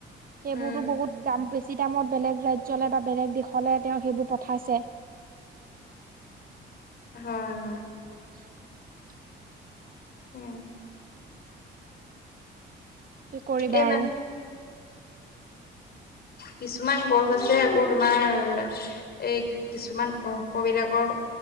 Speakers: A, on the right; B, on the left.
A: সেইবোৰতো
B: উম
A: বহুত দাম বেছি দামত বেলেগ ৰাজ্যলৈ বা বেলেগ দেশলে তেওঁ সেইবোৰ পঠাইছে।
B: হয়, হয়!
A: <unintelligible>
B: উম!
A: কি কৰিবা
B: এ মানে
A: আৰু
B: কিছুমান গছ আছে, আকৌ তোমাৰ এই কিছুমান অংশ বিলাকৰ